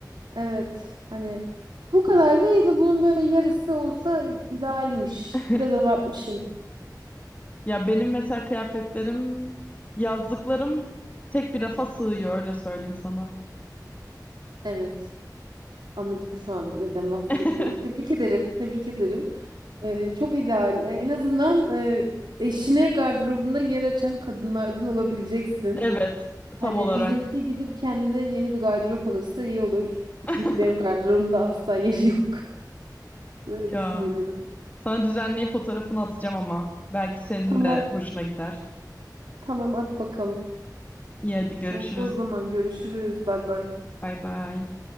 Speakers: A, on the right; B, on the left.
A: evet hani bu kadar değil de bunun böyle yarısı olsa idealmiş.
B: <laughs>
A: Biraz abartmışım.
B: Ya benim mesela kıyafetlerim, yazlıklarım tek bir rafa sığıyor öyle söyleyeyim sana.
A: Evet. Anladım şu an neden bahsettiğini.
B: <laughs>
A: Tebrik ederim. Tebrik ederim. Ee, çok ideal. Ee, en azından e, eşine gardırobunda yer açan kadınlardan olabileceksin.
B: Evet,
A: Hani
B: tam olarak.
A: bizimki gidip kendine yeni bir gardırop alırsa iyi olur.
B: <laughs>
A: Çünkü benim gardırobumda asla yeri yok. <laughs> Öyle
B: Ya.
A: düşünüyorum.
B: Sana düzenleyip fotoğrafını atacağım ama belki senin
A: Tamam.
B: de hoşuna gider.
A: Tamam at bakalım.
B: İyi hadi görüşürüz.
A: Oldu o zaman görüşürüz. Bay bay.
B: Bay bay.